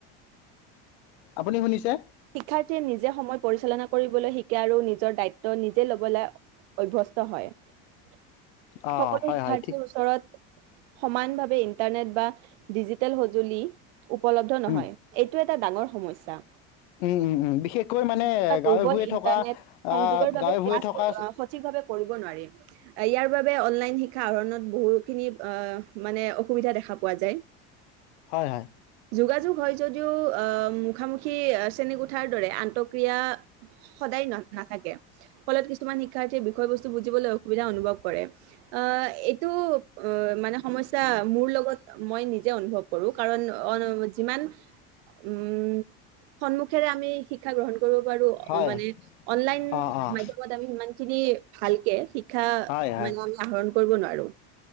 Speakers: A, on the left; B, on the right.
A: আপুনি শুনিছে
B: শিক্ষাৰ্থীয়ে নিজে সময় পৰিচালনা কৰিবলৈ শিকে আৰু নিজৰ দায়িত্ব নিজে ল'বলৈ অভ্যস্ত হয়
A: অঁ
B: সকলো
A: হয়
B: শিক্ষাৰ্থীৰ
A: হয় ঠিক
B: ওচৰত সমান ভাৱে ইণ্টাৰনেট বা ডিজিটেল সঁজুলি উপলব্ধ নহয়
A: উম,
B: এইটো এটা ডাঙৰ সমস্যা
A: উম, উম, উম। বিশেষকৈ মানে
B: দুৰ্বল
A: গাঁৱে ভূঞে
B: ইন্টাৰনেট
A: থকা
B: সংযোগৰ
A: আহ,
B: বাবে
A: গাঁৱে
B: ক্লাছ
A: ভূঞে থকা
B: সঠিক ভাৱে কৰিব নোৱাৰিম ইয়াৰ বাবে অনলাইন শিক্ষ শিক্ষা আহৰণত বহুখিনি আহ মানে অসুবিধা দেখা পোৱা যায়
A: হয় হয়
B: যোগোয়োগ হয় যদিও অ মুখামুখি শ্ৰেণীকোঠাৰ দৰে আন্তঃক্ৰিয়া সদায় ন নাথাকে ফলত কিছুমান শিক্ষাৰ্থীয়ে বিষয়ে বস্তু বুজিবলৈ অসুবিধা অনুভৱ কৰে আহ এইটো মানে সমস্যা মোৰ লগত মই নিজে অনুভৱ কৰোঁ কাৰণ অ যিমান। উম সন্মুখেৰে আমি শিক্ষা গ্ৰহণ। কৰিব পাৰো
A: হয়
B: মানে অনলাইন
A: অঁ অঁ
B: মাধ্যমত আমি সিমান খিনি। ভালকে শিক শিক্ষা
A: হয় হয়
B: মানে
A: হয়
B: আমি আহৰণ কৰিব নোৱাৰোঁ